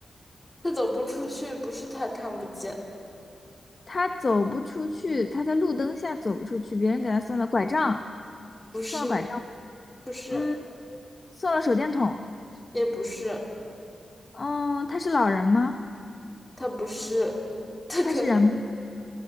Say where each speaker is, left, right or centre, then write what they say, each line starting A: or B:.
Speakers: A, on the left; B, on the left.
A: 他走不出去，不是他看不见，
B: 他走不出去，他在路灯下走不出去，别人给他送了拐杖，
A: 不是，
B: 送了拐杖，
A: 不是，
B: 嗯，送了手电筒，
A: 也不是，
B: 嗯，他是老人吗？
A: 他不是，他可能
B: 他是人吗